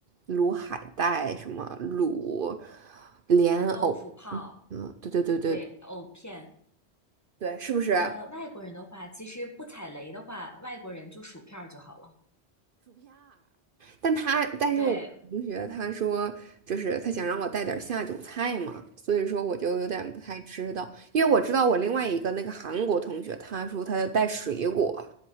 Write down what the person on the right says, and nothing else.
卤海带、什么卤莲藕，
嗯，对对对对
对，是不是？
但他，但是我同学他说，
就是他想让我带点儿下酒菜嘛，所以说我就有点不太知道，因为我知道我另外一个那个韩国同学，他说他要带水果，